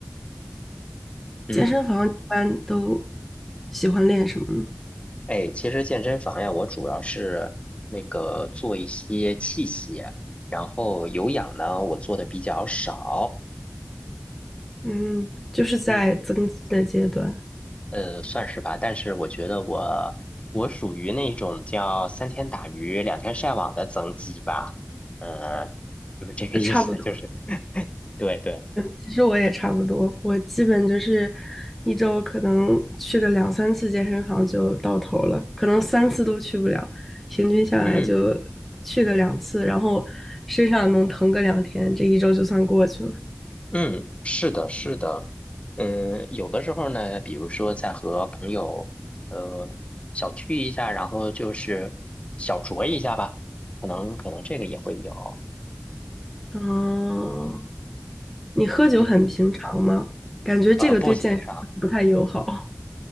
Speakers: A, on the left; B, in the centre.
A: 嗯，
B: 健身房一般都喜欢练什么呢？
A: 哎，其实健身房呀，我主要是那个做一些器械，然后有氧呢，我做的比较少。
B: 嗯，就是在增肌的阶段，
A: 嗯。呃，算是吧，但是我觉得我我属于那种叫三天打鱼两天晒网的增肌吧，呃，就是这个意思，
B: 呃差不多。
A: 就是 <laughs> 对对，
B: 其实我也差不多，我基本就是一周可能去个两三次健身房就到头了，可能三次都去不了，平均下来就
A: 嗯
B: 去个两次，然后身上能疼个两天，这一周就算过去了。
A: 嗯，是的，是的，嗯，有的时候呢，比如说在和朋友呃小聚一下，然后就是小酌一下吧，可能可能这个也会有，
B: 哦，你喝酒很平常吗？
A: 嗯，
B: 感觉这个对健身不太友好。
A: 呃，步行上。